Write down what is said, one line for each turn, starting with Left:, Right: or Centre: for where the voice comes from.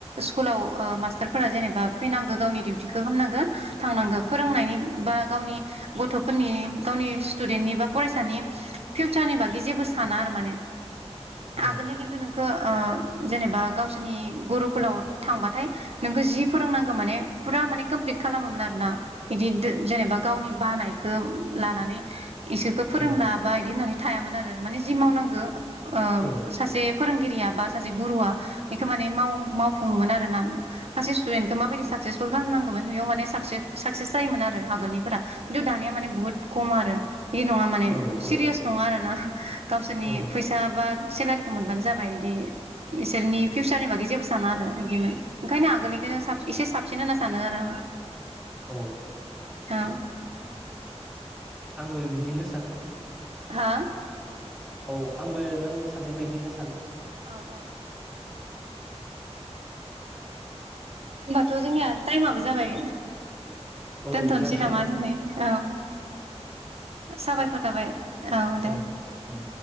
Right: स्कुलाव ओ मास्टारफोरा जेनेबा फैनांगो गावनि दिउथिखौ खामनांगो थांनांगो फोरोंनायनि बा गावनि गथफोरनि गावनि स्टुदेन्टनि बा फरायसानि फिउचारनि बागै जेबो साना आरो माने
Centre: नों औ
Right: आगोलनिया खिन्थु ओ नोंखो ओ जेनेबा गावसोरनि गुरुकुलाव थांबाथाय नोंखो जि फोरोंनांगो माने फुरा माने कोमप्लिट खालामोमोन आरोना बिदिद जेनेबा गावनि बानायखो लानानै इसोरखो फोरोंला
Centre: औ
Right: बा इदि होननानै थायामोन आरो माने जि मावनांगो ओ
Centre: गिबियावनो औ
Right: सासे फोरोंगिरिया बा सासे गुरुआ बेखो माने माव-मावफुङोमोन आरोना सासे स्टुडेन्टखो माबायदि साकसेसफुल खालामनांगोमोन बेयाव माने साकसे साकसेस जायोमोन आरो आगोलनिफोरा खिन्थु दानिया माने बुहुत खम आरो बे नङा मान ने
Centre: जायोमोन आरो
Right: सिरियास
Centre: माबानिफोरा खिन्थु दानिया माने बुहुत खम
Right: नङा आरोना गावसोरनि
Centre: आरो औ
Right: फैसा बा सेलारिखौ मोनबानो जाबाय इदि इसोरनि फिउसारनि बागै जेबो साना आरो इदिमोन ओंखायनो आगोलनिखोनो साब इसे साबसिन होनना सानो आरो
Centre: औ
Right: आं हो
Centre: आंबो बिदिनो सानो।
Right: हा
Centre: औ आंबो नों साननाय बायदिनो सानो।
Right: औ औ होमबाथ जोंनिया टाइमाबो जाबाय।
Centre: औ
Right: दोनथनोसै
Centre: जाबाय
Right: नामा दिनै औ साबायखर थाबाय औ दे
Centre: ओं ओं